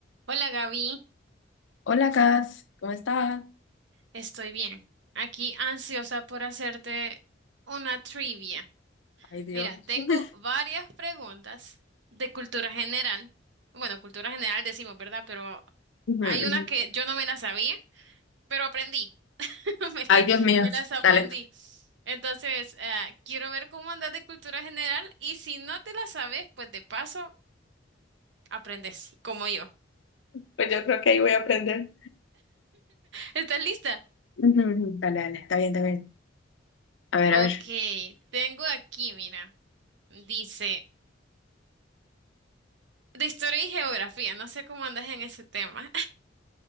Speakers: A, on the right (about 65°); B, on the left (about 80°).
A: Hola Gaby,
B: Hola, Cas, ¿cómo estás?
A: estoy bien. Aquí ansiosa por hacerte una trivia.
B: Ay, Dios.
A: Mira, tengo
B: <laughs>
A: varias preguntas de cultura general. Bueno, cultura general decimos, ¿verdad? Pero
B: Ujú,
A: hay unas
B: ujú.
A: que yo no me las sabía, pero aprendí. <laughs> Me
B: Ay,
A: las,
B: Dios mío.
A: me las aprendí.
B: Dale.
A: Entonces, ah, quiero ver cómo andas de cultura general y si no te las sabes, pues de paso aprendes, como yo.
B: Pues yo creo que ahí voy a aprender.
A: ¿Estás lista?
B: Ujú, ujú. Dale, dale. Está bien, está bien. A ver,
A: Ok,
B: a ver.
A: tengo aquí, mira, dice... De historia y geografía, no sé cómo andas en ese tema.